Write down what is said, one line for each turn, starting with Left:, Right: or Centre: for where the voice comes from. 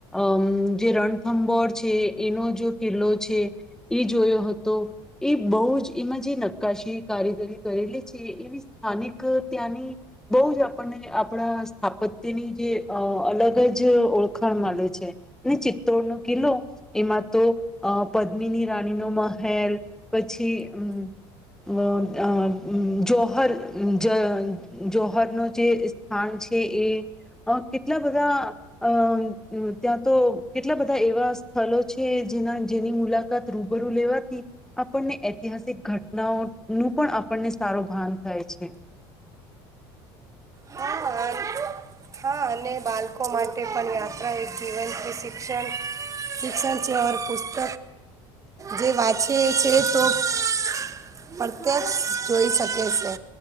Centre: અમ્મ જે રણથંબોર છે એનો જો કિલ્લો છે, ઈ જોયો હતો, ઈ બહુ જ એમાં જે ન કાશી કારીગરી કરેલી છે, એવી સ્થાનિક ત્યાંની બોવ જ આપણને આપણા સ્થાપત્યની જે અહ અલગ જ ઓળખાણ મલે છે, અને ચિત્તોડનો કિલ્લો એમાં તો અહ પદ્મીની રાણી નો મહેલ, પછી અમ્મ <unintelligible> જોહર, અમ્મ જ, જોહરનો જે સ્થાન છે એ અહ કેટલા બધા અહ ત્યાં તો કેટલા બધા એવા સ્થલો છે જેના જેની મુલાકાત રૂબરૂ લેવાથી આપણને ઐતિહાસિક ઘટ નાઓ નું પણ આપણને સારો ભાન થાય છે.
Right: હા અન- હા, અને બાલકો માટે પણ યાત્રા એક જીવનથી શિક્ષણ, શિક્ષણ છે, ઔર પુસ્તક જે વાંચીએ છીએ તો <unintelligible> જોઈ શકે સે.